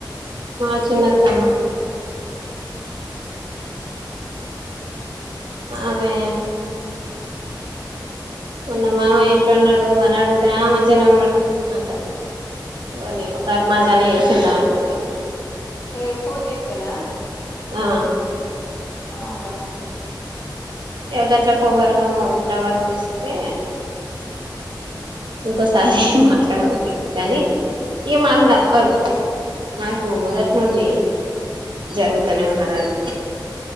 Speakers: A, on the right; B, on the left.
A: మా చిన్నత్తమ్మ అదే ఉన్న మామ ఎట్లన్నడు అని అడుగు తిన మధ్యనే ఉన్నాడు అంటారు ఓర్నీ ఒక అర్మన్గానే చేసిండా అనుకున్నా
B: ఏ ఫోన్చేత్తనా
A: ఆ
B: అవునా
A: ఇగ గట్ల పొగర్గా ప్రవర్తిస్తే ఇంకోసారి మాట్లాడవద్ది కాని ఇగ మాకు తప్పదు మనకు మొదటి నుండి జరుగుతనే ఉన్నది అది